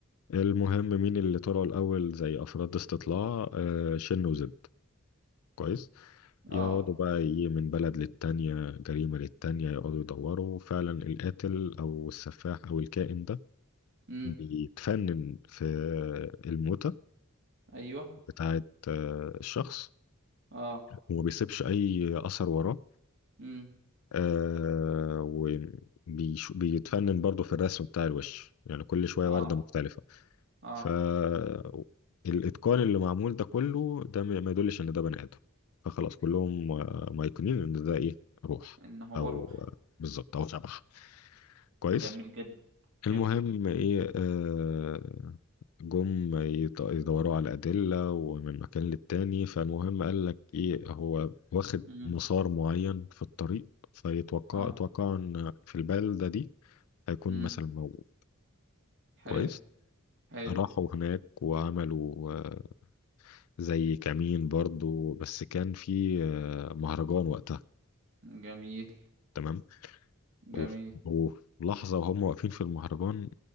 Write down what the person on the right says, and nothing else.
اه
امم
ايوه
اه
امم
اه
اه
ان هو
روح
جميل جدا جميل
امم
اه
امم
حلو
حلو
جميل
جميل